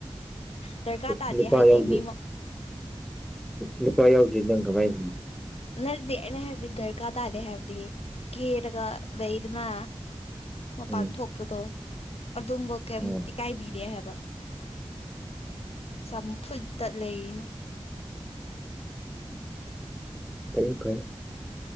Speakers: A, on the left (about 80°); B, in the centre.
A: ꯗꯔꯀꯥꯔ ꯇꯥꯔꯗꯦ
B: ꯅꯨꯄꯥ
A: ꯍꯥꯏꯗꯤ
B: ꯌꯥꯎꯗꯦ
A: ꯃꯤ
B: ꯅꯨꯄꯥ ꯌꯥꯎꯖꯤ ꯅꯪ ꯀꯃꯥꯏ
A: ꯅꯠꯇꯗꯤ ꯑꯩꯅ ꯍꯥꯏꯕꯗꯤ ꯗꯔꯀꯥꯔ ꯇꯥꯗꯦ ꯍꯥꯏꯕꯗꯤ ꯀꯤꯔꯒ ꯂꯩꯩꯔꯅ ꯃꯄꯥꯟ
B: ꯎꯝ
A: ꯊꯣꯛꯄꯗꯣ ꯑꯗꯨꯝꯕ ꯀꯩꯝ
B: ꯎꯝ
A: ꯏꯀꯥꯏꯕꯤꯔꯦ ꯍꯥꯏꯕ ꯆꯐꯨꯠꯇ ꯂꯩꯌꯦꯅꯦ
B: ꯐꯩ ꯐꯩ